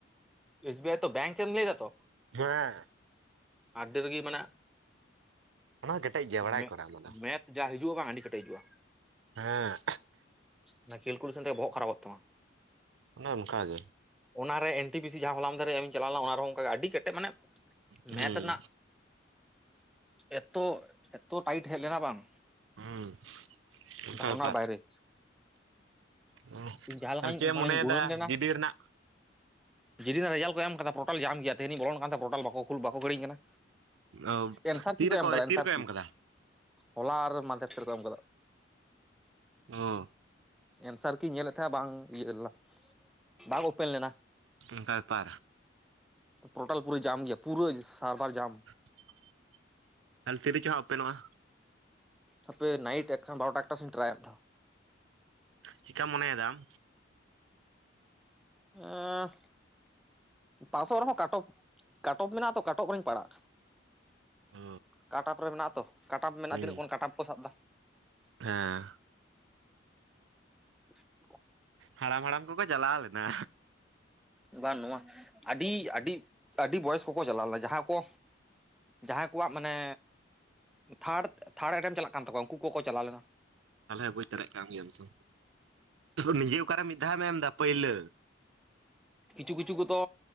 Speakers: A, in the centre; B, on the right (about 85°).
A: ᱮᱥ ᱵᱤ ᱟᱭ ᱛᱚ ᱵᱮᱝᱠ ᱮᱢ ᱞᱟᱹᱭ ᱫᱟᱛᱚ᱾
B: ᱦᱮᱸ᱾
A: ᱟᱹᱰᱤ ᱨᱟᱹᱜᱤ ᱢᱟᱱᱮ᱾
B: ᱚᱱᱟ <unintelligible>
A: ᱢᱮᱛᱷ
B: ᱠᱚᱨᱟ ᱚᱱᱟ ᱫᱚ
A: ᱢᱮᱛᱷ ᱡᱟ ᱦᱤᱡᱩᱜ-ᱟ ᱵᱟᱝ ᱟᱹᱰᱤ ᱠᱮᱴᱮᱡ ᱦᱤᱡᱩᱜ-ᱟ᱾
B: ᱦᱮᱸ᱾
A: ᱚᱱᱟ ᱠᱮᱠᱩᱞᱮᱥᱮᱱ ᱛᱮᱜᱮᱢ ᱵᱚᱦᱚᱜ ᱠᱷᱟᱨᱯᱚᱜ ᱛᱟᱢᱟ᱾
B: ᱚᱱᱮ ᱚᱱᱠᱟᱜᱮ᱾
A: ᱚᱱᱟᱨᱮ ᱮᱱᱴᱤ ᱵᱤᱥᱤ ᱡᱟᱦᱟᱸ ᱦᱚᱞᱟᱢᱫᱷᱟᱨᱮ ᱤᱧ ᱪᱟᱞᱟᱣ ᱞᱮᱱᱟ ᱚᱱᱟ ᱨᱮᱦᱚᱸ ᱚᱱᱠᱟᱜᱮ ᱟᱹᱰᱤ ᱠᱮᱴᱮᱡ ᱢᱟᱱᱮ
B: ᱦᱩᱸ
A: ᱢᱮᱛᱷ ᱨᱮᱱᱟᱜ ᱮᱛᱚ ᱮᱛᱚ ᱴᱟᱭᱤᱴ ᱦᱮᱡ ᱞᱮᱱᱟ ᱵᱟᱝ᱾
B: ᱦᱩᱸ ᱚᱱᱠᱟ
A: ᱫᱷᱟᱨᱚᱱᱟᱨ
B: ᱵᱮᱯᱟᱨ
A: ᱵᱟᱭᱨᱮ᱾
B: ᱛᱟᱦᱚᱞᱮ
A: ᱤᱧ ᱡᱟᱦᱟᱸ ᱞᱮᱠᱟᱧ
B: ᱪᱮᱫ ᱮᱢ
A: ᱢᱟᱱᱮᱧ
B: ᱢᱚᱱᱮᱭᱮᱫᱟ
A: ᱜᱩᱱᱟᱹᱱ ᱞᱮᱱᱟ᱾
B: ᱜᱤᱰᱤ ᱨᱮᱱᱟᱜ
A: ᱡᱮᱫᱤᱱ ᱨᱮᱱᱟᱜ ᱨᱮᱡᱟᱞᱴ ᱠᱚ ᱮᱢ ᱟᱠᱟᱫᱟ ᱴᱳᱨᱴᱟᱞ ᱡᱟᱢ ᱜᱮᱭᱟ ᱛᱮᱦᱮᱱ ᱤᱧ ᱵᱚᱞᱚᱱ ᱠᱟᱱ ᱛᱟᱦᱮᱸᱱᱟ ᱵᱟᱠᱚ ᱵᱟᱠᱚ ᱠᱷᱮᱲᱤᱧ ᱠᱟᱱᱟ᱾
B: ᱚ
A: ᱮᱱᱥᱟᱨ
B: ᱛᱤᱨᱮᱠᱚ
A: ᱠᱤ ᱠᱚ ᱮᱢ ᱟᱠᱟᱫᱟ
B: ᱛᱤᱨᱮᱠᱚ
A: ᱮᱱᱥᱟᱨ ᱠᱤ
B: ᱮᱢ ᱠᱟᱫᱟ
A: ᱦᱚᱞᱟ ᱟᱨ ᱢᱟᱫᱷᱮᱨ ᱠᱚ ᱮᱢ ᱠᱟᱫᱟ᱾
B: ᱚ
A: ᱮᱱᱥᱟᱨ ᱠᱤᱧ ᱧᱮᱞᱮᱫ ᱛᱟᱦᱮᱸᱱᱟ ᱵᱟᱝ ᱤᱭᱟᱹ ᱞᱮᱱᱟ᱾ ᱵᱟᱝ ᱳᱯᱮᱱ ᱞᱮᱱᱟ᱾
B: ᱚᱱᱠᱟ ᱵᱮᱯᱟᱨ
A: ᱯᱳᱨᱴᱟᱞ ᱯᱩᱨᱟᱹ ᱡᱟᱢ ᱜᱮᱭᱟ ᱯᱩᱨᱟᱹ ᱥᱟᱨᱵᱷᱟᱨ ᱡᱟᱢ᱾
B: <unintelligible> ᱛᱟᱦᱮ ᱛᱤ ᱨᱮᱪᱚ ᱦᱟᱜ ᱳᱯᱮᱱᱚᱜ-ᱟ᱾
A: ᱦᱟᱯᱮ ᱱᱟᱭᱤᱴ ᱮᱠᱷᱟᱱ ᱵᱟᱨᱚᱴᱟ ᱮᱠᱴᱟ ᱥᱚᱢᱚᱭᱤᱧ ᱴᱮᱨᱟᱭᱟ᱾
B: ᱪᱤᱠᱠᱟᱢ ᱢᱚᱱᱮᱭᱮᱫᱟ ᱟᱢ᱾
A: ᱟᱹᱻ ᱯᱟᱥᱚᱜ ᱨᱮᱦᱚᱸ ᱠᱟᱴᱚᱯ ᱠᱟᱴᱚᱯ ᱢᱮᱱᱟᱜ-ᱟ ᱛᱚ ᱠᱟᱴᱚᱯ ᱨᱮᱧ ᱯᱟᱲᱟᱜ-ᱟ᱾
B: ᱚ
A: ᱠᱟᱴᱟᱯ ᱨᱮ ᱢᱮᱱᱟᱜ ᱟᱛᱚ ᱠᱟᱴᱟᱯ ᱢᱮᱱᱟᱜ-ᱟ
B: ᱦᱩᱸ
A: ᱛᱤᱱᱟᱹᱜ ᱠᱷᱚᱱ ᱠᱟᱴᱟᱯ ᱠᱚ ᱥᱟᱵ ᱮᱫᱟ᱾
B: ᱦᱮᱸ᱾
A: <unintelligible>
B: ᱦᱟᱲᱟᱢ ᱦᱟᱲᱟᱢ ᱠᱚᱠᱚ ᱪᱟᱞᱟᱣ ᱞᱮᱱᱟ᱾
A: ᱵᱟᱝ ᱱᱚᱣᱟ ᱟᱹᱰᱤ ᱟᱹᱰᱤ ᱟᱹᱰᱤ ᱵᱚᱭᱚᱥ ᱠᱚᱠᱚ ᱪᱟᱞᱟᱣ ᱞᱮᱱᱟ ᱡᱟᱦᱟᱸ ᱠᱚ ᱡᱟᱦᱟᱸᱭ ᱠᱚᱣᱟᱜ ᱢᱟᱱᱮ ᱛᱷᱟᱨᱰ ᱛᱷᱟᱨᱰ ᱮᱴᱮᱢᱴ ᱪᱟᱞᱟᱜ ᱠᱟᱱ ᱛᱟᱠᱚᱣᱟ ᱩᱱᱠᱩ ᱠᱚᱠᱚ ᱪᱟᱞᱟᱣ ᱞᱮᱱᱟ᱾
B: ᱛᱟᱦᱚᱞᱮ ᱵᱩᱡᱽ ᱫᱟᱲᱮᱭᱟᱜ ᱠᱟᱱ ᱜᱮᱭᱟᱢ ᱛᱚ ᱱᱤᱡᱮ ᱚᱠᱟᱨᱮ ᱢᱤᱫ ᱫᱷᱟᱣ ᱮᱢ ᱮᱫᱟ ᱯᱟᱹᱭᱞᱟᱹ᱾
A: ᱠᱤᱪᱷᱩ ᱠᱤᱪᱷᱩ ᱠᱚᱛᱚ